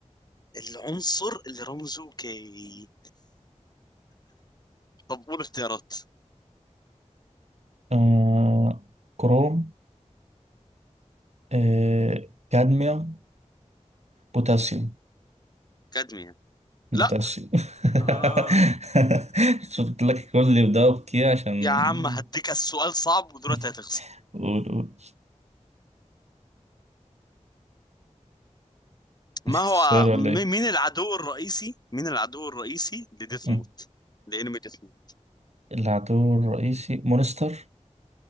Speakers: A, on the left; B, on the right.
A: العنصر اللي رمزه كي طب قول اختيارات
B: آه كروم آه كادميوم بوتاسيوم
A: كادميا لا
B: بوتاسيوم <laughs>
A: آه.
B: شو قلت لك كل اللي بدأوا بكي عشان
A: يا عم هديك السؤال صعب ودلوقتي
B: <laughs>
A: هتخسر
B: قول قول
A: ما
B: نسيت
A: هو
B: السؤال ولا
A: م-
B: ايه؟
A: مين العدو الرئيسي مين العدو الرئيسي لديث
B: مم.
A: نوت لانمي ديث نوت
B: العدو الرئيسي مونستر